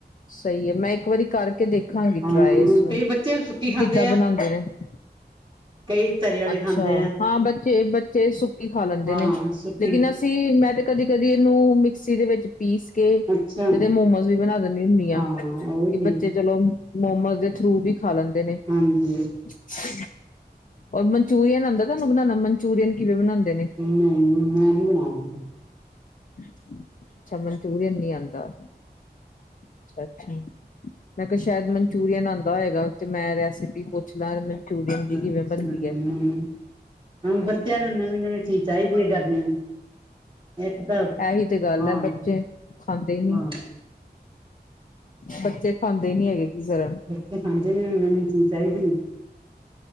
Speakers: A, on the left (about 50°); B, on the right (about 30°).
A: ਸਹੀ ਹੈ ਮੈਂ ਇੱਕ ਵਾਰੀ ਕਰ ਕੇ ਦੇਖਾਂਗੀ
B: ਹਾਂ
A: ਟਰਾਏ ਇਸਨੂੰ
B: ਕਈ
A: ਕੀ
B: ਬੱਚੇ ਸੁੱਕੀ ਖਾਂਦੇ
A: ਕਿੱਦਾਂ
B: ਆ
A: ਬਣਾਉਂਦੇ ਨੇ
B: ਕਈ ਤਰੀ ਵਾਲੇ
A: ਅੱਛਾ
B: ਖਾਂਦੇ ਆ
A: ਹਾਂ ਬੱਚੇ ਬੱਚੇ ਸੁੱਕੀ ਖਾ ਲੈਂਦੇ
B: ਹਾਂ
A: ਨੇ
B: ਸੁੱਕੀ
A: ਲੇਕਿਨ ਅਸੀ ਮੈਂ ਤੇ ਕਦੀ ਕਦੀ ਇਹਨੂੰ ਮਿਕਸੀ ਦੇ ਵਿੱਚ ਪੀਸ ਕੇ ਤੇ
B: ਅੱਛਾ
A: ਇਦੇ ਮੋਮੋਜ਼ ਵੀ ਬਣਾ ਦਿੰਨੀ ਹੁੰਨੀ ਆ
B: ਹਾਂ
A: ਕਿ
B: ਉਹ ਵੀ ਠੀਕ
A: ਬੱਚੇ ਚਲੋ ਮੋਮੋ ਦੇ ਥਰੂ ਵੀ ਖਾ ਲੈਂਦੇ ਨੇ।
B: ਹਾਂਜੀ।
A: <unintelligible> ਔਰ ਮੰਨਚੂਰੀਅਨ ਆਂਦਾ ਤਾਨੂੰ ਬਨਾਨਾ ਮਨਚੂਰੀਅਨ ਕਿਵੇ ਬਨਾਂਦੇ ਨੇ?
B: ਨਈ ਨੀ ਮੈਂ ਨੀ ਬਨਾਯਾ ਕਦੀ।
A: ਅਛਾ, ਮਨਚੂਰੀਅਨ ਨੀ ਆਂਦਾ। ਅੱਛਾ ਅੱਛਾ। ਮੈਂ ਕੈ ਸੈ਼ਦ ਮਨਚੂਰੀਅਨ ਆਂਦਾ ਹੋਏਗਾ। ਤੇ ਮੈਂ ਰੈਸਿਪੀ ਪੁੱਛ ਲਾਂ ਮਨਚੂਰੀਅਨ ਦੀ ਕਿਵੇਂ
B: ਕਦੀ
A: ਬਨਦੀ ਐ?
B: ਹਾਂ ਬੱਚੇਆਂ ਨੂੰ ਨਵੀਂ ਨਵੀਂ ਚੀਜ ਚਾਈਦੀ ਐ ਗਰਮੀਆਂ ਨੂੰ। ਇੱਕ ਤਾਂ
A: ਐਈ ਤੇ ਗੱਲ
B: ਹਾਂ
A: ਐ ਬੱਚੇ ਖਾਂਦੇ
B: ਹਾਂ
A: ਨੀ।
B: ਹਾਂ
A: ਬੱਚੇ ਖਾਂਦੇ ਨੀ ਹੈਗੇ। ਕੀ ਕਰਾਂ?
B: ਤੇ ਖਾਂਦੇ ਏਨਾਨੂੰ ਚੀਜ ਚਾਈਦੀ ਏ।